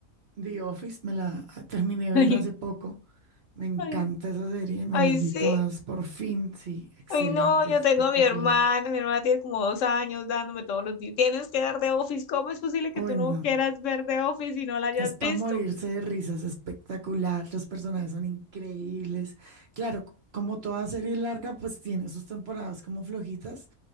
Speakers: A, on the right (about 55°); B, on the left (about 65°).
A: The Office, me la terminé de
B: <laughs>
A: ver hace poco. Me encanta
B: Ay,
A: esa serie, me
B: Ay,
A: las
B: sí.
A: vi todas por fin. Sí, excelente,
B: Ay, no, yo
A: espectacular.
B: tengo a mi hermana. Mi hermana tiene como dos años dándome todos los días. Tienes que ver The Office. ¿Cómo es posible que
A: Bueno,
B: tú no quieras ver The Office y no la hayas
A: es para
B: visto?
A: morirse de risas, espectacular. Los personajes son increíbles. Claro, c- como toda serie larga, pues tiene sus temporadas como flojitas,